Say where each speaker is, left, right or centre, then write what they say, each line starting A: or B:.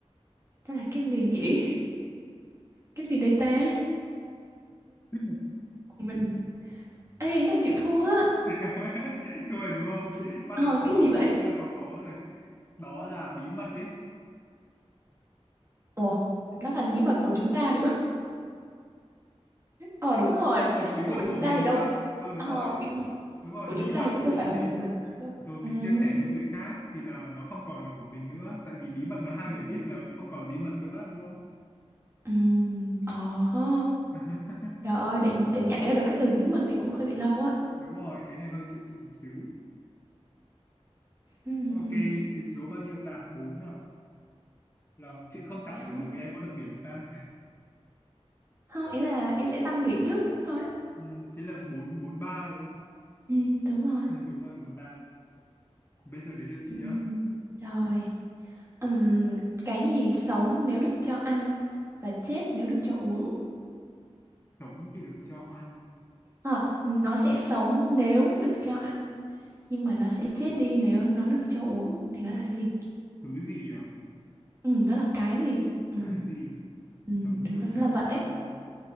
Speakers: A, on the right; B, on the left.
A: nó là cái gì nhỉ cái gì đây ta
B: <laughs>
A: của mình Ê, ý là chịu thua á
B: <laughs> thua rồi đúng không
A: cái
B: <laughs> bắt
A: ờ
B: đầu không
A: cái
B: có
A: gì vậy
B: gợi ý là khó khó rồi đó là bí mật đấy
A: ủa nó thành bí mật của chúng ta được Ờ đúng rồi
B: của bí
A: của
B: mật của
A: chúng ta
B: mình
A: thì đâu
B: mà ừ đúng
A: ờ,
B: rồi
A: bị-
B: đúng rồi
A: của
B: bí
A: chúng ta
B: mật
A: thì cũng
B: của
A: đâu phải là
B: mình
A: của mình nữa đâu
B: rồi mình
A: Ừm,
B: chia sẻ với người khác thì là nó không còn là của mình nữa tại vì bí mật mà hai
A: ừm,
B: người biết là không còn là bí mật nữa đúng không
A: ừm, ờ ha
B: <laughs>
A: trời ơi để để nhảy ra được cái từ bí mật thì cũng hơi bị lâu á
B: đúng rồi cái này hơi chịu tụi một xíu
A: Ừm,
B: ok thì số bao nhiêu ta bốn nào là chị không trả
A: khó
B: lời được thì em có được điểm không ta
A: không ý là em sẽ tăng điểm trước đúng thôi
B: <laughs> ừ, thế là bốn bốn ba đúng không
A: Ừm, đúng rồi
B: ừ, đúng rồi bốn ta bây giờ đến lượt chị
A: Ừm,
B: á
A: rồi Ừm, cái gì sống nếu được cho ăn và chết nếu được cho uống
B: Sống thì được cho ăn.
A: Ờ, nó sẽ sống nếu nó được cho ăn nhưng mà nó sẽ chết đi nếu nó được cho uống thì nó là cái gì
B: Thứ gì à?
A: Ừ, nó là cái gì? Ừ,
B: Cái gì?
A: ừ,
B: Sống
A: đúng
B: được
A: rồi,
B: cho
A: nó là vật đấy.
B: ăn.